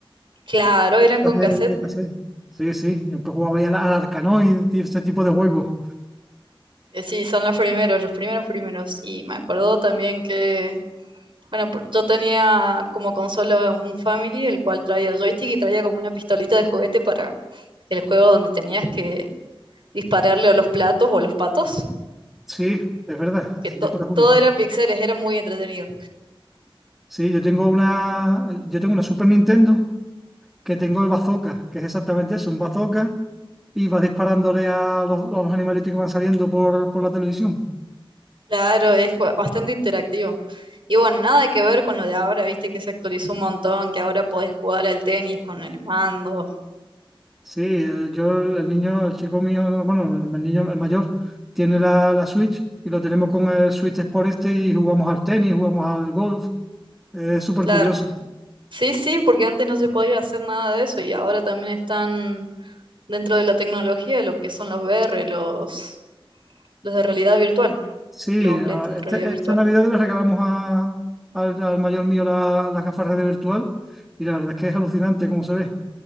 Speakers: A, on the right; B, in the centre.
A: claro, eran
B: de,
A: con cassette,
B: de cassette. Sí, sí, yo empecé jugaba ahí al, al Arkanoid y este tipo de juegos.
A: eh, sí, son los primeros, los primeros primeros, y me acuerdo también que, bueno, por- yo tenía como consola un Family, el cual traía joystick y traía como una pistolita de juguete para el juego donde tenías que dispararle a los platos o a los patos,
B: Sí, es verdad,
A: que
B: ese tipo
A: to-
B: de juegos.
A: todo era pixeles, era muy entretenido.
B: Sí, yo tengo una, yo tengo una Super Nintendo que tengo el bazooka, que es exactamente eso, un bazooka, y vas disparándole a los, a los animalitos que van saliendo por, por la televisión.
A: Claro, es ba- bastante interactivo. Y bueno, nada que ver con lo de ahora, viste que se actualizó un montón, que ahora podés jugar al tenis con el mando.
B: Sí, eh, yo, el, el niño, el chico mío, bueno, el, el niño, el mayor, tiene la, la Switch y lo tenemos con el Switch Sport este y jugamos al tenis, jugamos al golf. Es súper
A: Claro,
B: curioso.
A: sí, sí, porque antes no se podía hacer nada de eso y ahora también están dentro de la tecnología lo que son los VR, los, los de realidad virtual,
B: Sí,
A: los lentes
B: a- este-
A: de realidad virtual.
B: esta Navidad le regalamos a- al, al mayor mío la- las gafas de virtual y la verdad es que es alucinante cómo se ve.